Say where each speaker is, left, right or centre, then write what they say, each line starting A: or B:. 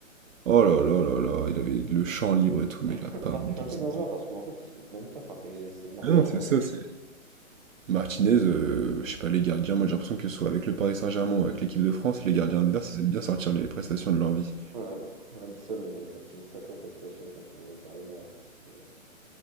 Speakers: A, on the right; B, on the right.
A: Oh là là là là, il avait le champ libre et tout, mais
B: <laughs>
A: la parade
B: Mais après, je
A: de
B: peux même
A: Zidane.
B: pas lui en vouloir parce qu'en fait, il se loupe même pas. Enfin, c'est c'est Martinez,
A: Ah non, c'est
B: en
A: ça,
B: fait.
A: c'est... Martinez, euh, je sais pas, les gardiens, moi j'ai l'impression que ce soit avec le Paris Saint-Germain ou avec l'équipe de France, les gardiens
B: Bon.
A: adverses, ils aiment bien sortir les prestations de leur vie.
B: Ouais, bah, Alisson, il avait sorti une sacrée prestation contre euh, Paris, là. C'était